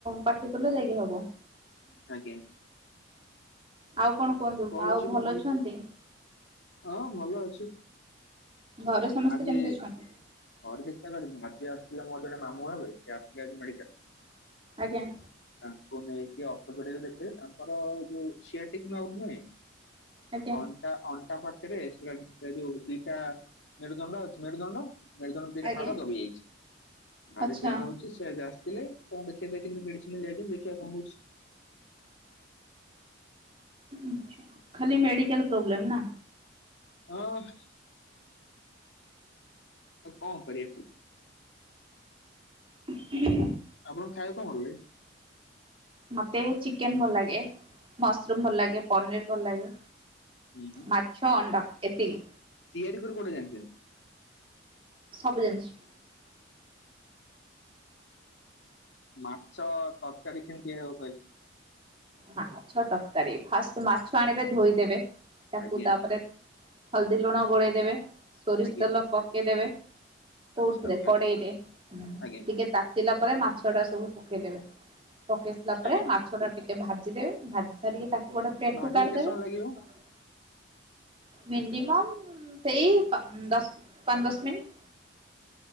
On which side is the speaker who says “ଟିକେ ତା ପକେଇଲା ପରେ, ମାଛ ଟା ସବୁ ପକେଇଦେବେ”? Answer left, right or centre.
Right